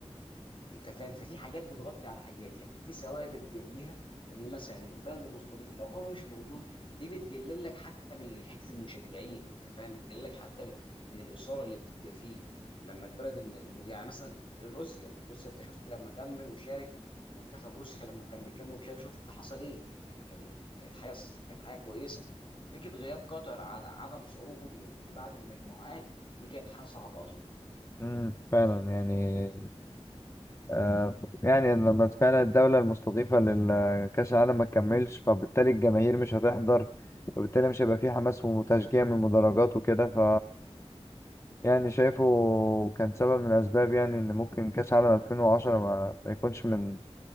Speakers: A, on the left (about 50°); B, on the left (about 25°).
A: انت فاهم ففي حاجات بتغطي على حاجات لكن في ثوابت جاب ان مثلا البلد المستضيف لو هو مش موجود دي بتقلل لك حتى من حته المشجعين انت فاهم بتقلل لك حتى من, من الاثاره اللي بتبقى فيه لما البلد الم- يعني مثلا روسيا روسيا انت شفت لما كمل وشارك في منتخب روسيا لما كان بيكمل وشارك شفت حصل ايه يعني كان كانت حاجه كانت حاجه كويسه فكره غياب قطر عد- عدم صعوده لبعض المجموعات دي كانت حاجه صعبه اظن
B: امم فعلا يعني آه يعني لما فعلا الدولة المستضيفة لكأس العالم ما تكملش فبالتالي الجماهير مش هتحضر وبالتالي مش هيبقى فيه حماس وتشجيع من المدرجات وكده ف يعني شايفه كان سبب من الأسباب يعني إن ممكن كأس العالم 2010 ما, ما يكونش من